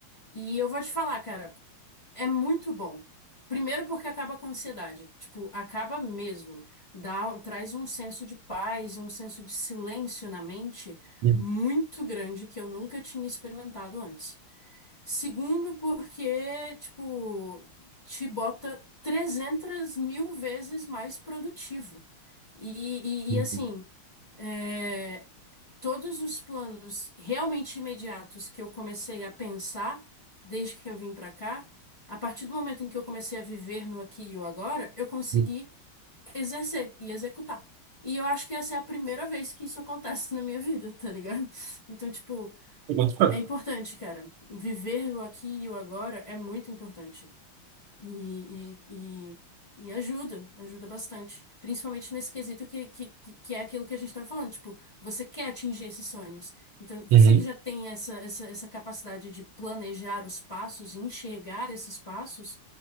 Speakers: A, on the left; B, on the right.
A: E eu vou te falar, cara, é muito bom. Primeiro porque acaba com a ansiedade, tipo, acaba mesmo. Dá, traz um senso de paz e um senso de silêncio na mente
B: uhum,
A: muito grande que eu nunca tinha experimentado antes. Segundo, porque, tipo, te bota 300 mil vezes mais produtivo. E,
B: uhum,
A: e, e, assim, é, todos os planos realmente imediatos que eu comecei a pensar desde que eu vim pra cá, a partir do momento em que eu comecei a viver no aqui e o agora, eu consegui
B: uhum.
A: exercer e executar. E eu acho que essa é a primeira vez que isso acontece na minha vida, tá ligado? Então, tipo,
B: eu boto fé.
A: é importante, cara. Viver o aqui e o agora é muito importante. E, e, e, e ajuda, ajuda bastante. Principalmente nesse quesito que, que, que que é aquilo que a gente estava falando. Tipo, você quer atingir esses sonhos. Então, você
B: Uhum.
A: que já tem essa, essa, essa capacidade de planejar os passos e enxergar esses passos,